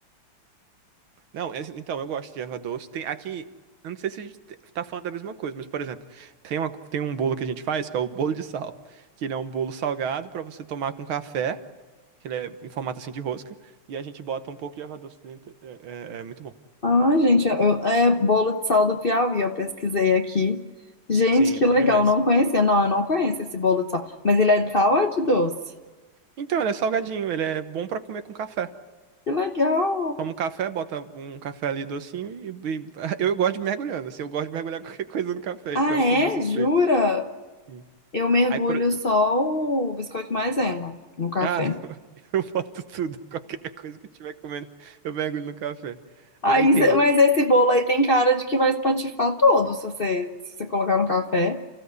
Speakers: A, on the right (about 70°); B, on the left (about 40°).
A: Não, esse- então, eu gosto de erva doce. Tem aqui, eu não sei se a gente te- tá falando da mesma coisa, mas, por exemplo, tem uma, tem um bolo que a gente faz, que é o bolo de sal, que ele é um bolo salgado para você tomar com café. que ele é em formato assim de rosca, e a gente bota um pouco de erva doce dentro. É, é- é muito bom.
B: Ah, gente, eu, eu- é bolo de sal do Piauí, eu pesquisei aqui. Gente,
A: Sim,
B: que
A: é bom
B: legal,
A: demais.
B: não conhecia. Não, eu não conheço esse bolo de sal. Mas ele é de sal ou é de doce?
A: Então, ele é salgadinho, ele é bom pra comer com café.
B: Que legal!
A: Toma um café, bota um café ali docinho e, e- <laughs> eu gosto de mergulhando, assim, eu gosto de mergulhar <laughs> qualquer coisa no café,
B: Ah,
A: então eu
B: é?
A: sou meio suspeito.
B: Jura?
A: Sim.
B: Eu mergulho
A: Aí por...
B: só o biscoito maisena no café.
A: Ah, <laughs> eu boto tudo, qualquer coisa que eu estiver comendo, eu mergulho no café.
B: Aí,
A: Aí tem
B: cê- mas esse bolo aí tem cara de que vai espatifar todo se você, se você colocar no café.